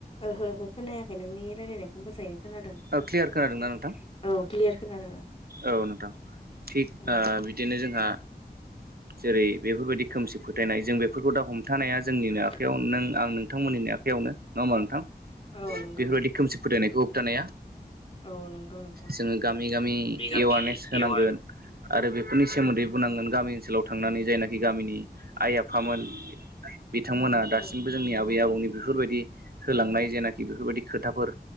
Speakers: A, on the left; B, on the right.
A: ओहो ओहो खोनायाखै नोंनि रायलायनायखौ मोजाङैनो खोनादों।
B: क्लियार खोनादोंना नोंथां?
A: औ क्लियार खोनादों आं।
B: औ नोंथां। थिग
A: औ
B: ओ बिदिनो जोंहा जेरै बेफोरबायदि खोमसि फो थायनाय जों बेफोरखौ दा हमथानाया जोंनिनो
A: खोनाया
B: आखायाव नों आं
A: औ
B: नोंथांमोननिनो आखायावनो नङा होमबा नोंथां?
A: औ नंगौ।
B: बेफोरबायदि खोमसि फोथायनायखौ होबथानाया।
A: औ नंगौ नोंथां।
B: जोङो गामि गामि
A: गामि
B: एवारनेस होनांगोन
A: एवारने
B: आरो बे नि सोमोन्दै
A: औ
B: बुंनांगोन गामि ओनसोलाव थांनानै जायनाखि गामिनि आइ आफामोन बिथांमोना दासिमबो
A: औ
B: जोंनि आ बै आबौनि बेफोरबायदि होलांनाय जेनाखि बेफोरबायदि खोथाफोर